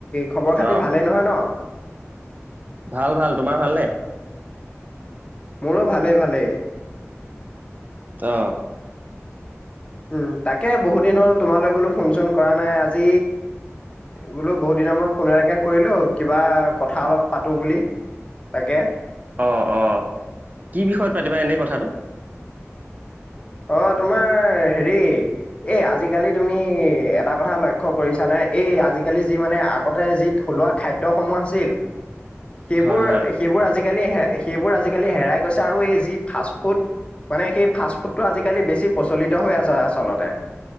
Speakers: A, on the left (about 25°); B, on the right (about 35°).
A: খবৰ খাতি
B: অ
A: ভালেই নহয় ন?
B: ভাল ভাল, তোমাৰ ভালনে?
A: মোৰো ভালে ভালে
B: অ
A: উম তাকে বহুত দিন হ'ল তোমালৈ বোলো ফোন চোন কৰা নাই আজি বোলো বহুত দিন দিনা মই ফোন এনেকে কৰিলো কিবা কথা অলপ পাতো বুলি তাকে
B: অ অ কি বিষয়ত পাতিবা এনেই কথাটো
A: অ তোমাৰ হেৰি এ আজিকালি তুমি এটা কথা লক্ষ্য কৰিছানে এই আজিকালি যি মানে আগতে যি থ থলুৱোৱা খাদ্যসমূহ আছিল
B: <unintelligible>
A: সেইবোৰ
B: হয় হয়
A: সেইবোৰ আজি আজিকালি সেইবোৰ আজিকালি হেৰাই গৈছে আৰু এই যি ফাষ্ট ফুড মানে সেই ফা ফুড টো আজিকালি বেছি প্ৰচলিত হৈ আছে আচলতে